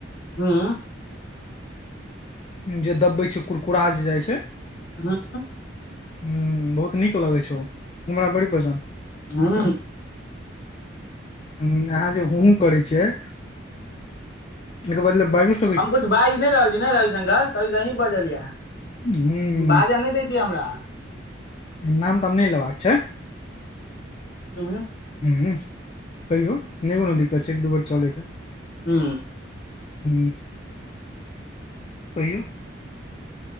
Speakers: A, on the left; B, on the left.
A: हँ
B: जे दबे छै कुरकुरा जे जाइ छै
A: हँ
B: ह बहुत नीक लगै छै हमरा बड़ी पसन्द
A: हू
B: ह अहाँ जेहु हुं हुं करै छियै एक बदल भाविसय
A: हम कु छ बाजि नहि रहल छी ने रविशंकर सब कुछ यहीं बजलीय यै
B: ह
A: बाजा नहि दैछियै हमरा
B: नाम तब नै लेबाक छै
A: हू
B: ह कहियो नहि कोनो दिक्कत छै एक दू बेर चलै छै
A: हू
B: ह कहियौ